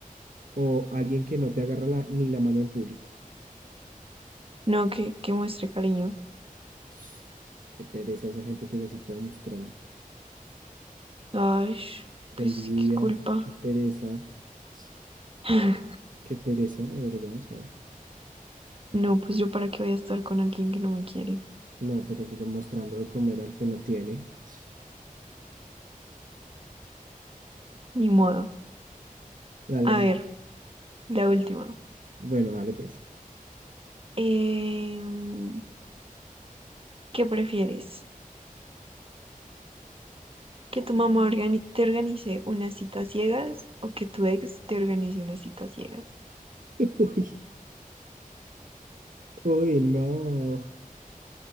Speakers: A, on the right; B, on the right.
A: o alguien que no te agarra la- ni la mano en público?
B: No, que, que muestre cariño.
A: <sniffs> Qué pereza esa gente que es así toda mostrona.
B: Ay,
A: Qué
B: pues
A: envidia,
B: qué culpa.
A: qué pereza, <sniffs>
B: <laughs>
A: qué pereza, de verdad. O sea,
B: No, pues yo para qué voy a estar con alguien que no me quiere.
A: no, pero pues mostrando de comer al que no tiene. <sniffs>
B: Ni modo.
A: Dale,
B: A
A: dale.
B: ver, la última.
A: Bueno, dale pues.
B: Em, ¿qué prefieres? Que tu mamá organi- te organice unas citas ciegas o que tu ex te organice unas citas ciegas.
A: <laughs> Uy, uy, no.